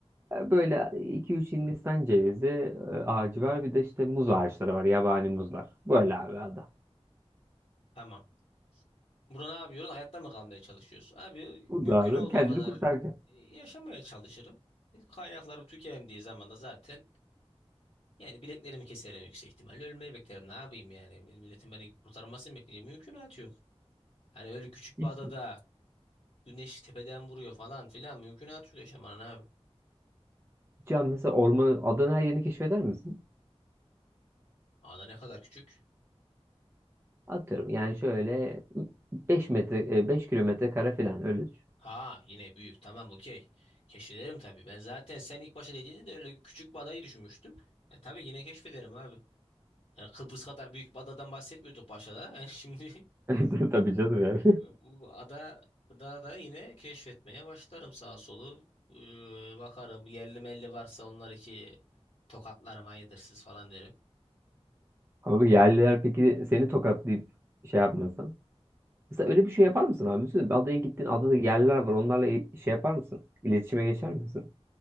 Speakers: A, on the right; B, on the left.
A: böyle iki üç Hindistan cevizi e, ağacı var bir de işte muz ağaçları var yabani muzlar. Böyle abi ada.
B: Tamam. Burada ne yapıyoruz? Hayatta mı kalmaya çalışıyoruz? Abi
A: Bu
B: mümkün
A: da abi
B: olduğu
A: kendini
B: kadar
A: kurtaracak.
B: e, yaşamaya çalışırım. Kaynaklarım tükendiği zaman da zaten yani bileklerimi keserim yüksek ihtimalle. Ölmeyi beklerim. Ne yapayım yani? Milletin beni kurtarmasını bekleyeceğim. Mümkünatı yok. Hani öyle küçük
A: Hiç,
B: bir adada güneş tepeden vuruyor falan filan. Mümkünatı yok yaşamanın abi.
A: hiç an mesela ormanın adanın her yerini keşfeder misin?
B: Ada ne kadar küçük.
A: Atıyorum yani şöyle 5 metre e, 5 kilometre kare falan öyle düşün.
B: Ha yine büyük tamam okey. Keşfederim tabii. Ben zaten sen ilk başta dediğinde de öyle küçük badayı düşünmüştüm. E, tabii yine keşfederim abi. Yani Kıbrıs kadar büyük bir adadan bahsetmiyorduk başta da. Yani <laughs> şimdi
A: <laughs> Tabii canım yani.
B: bu ada da da yine keşfetmeye başlarım sağa solu. Ee, bakarım yerli melli varsa onlar iki tokatlarım hayırdır siz falan derim.
A: <laughs> Ama yerliler peki seni tokatlayıp şey yapmasa? Mesela öyle bir şey yapar mısın abi? Düşünsene, adaya gittin, adada yerler var. Onlarla il- şey yapar mısın? İletişime geçer misin?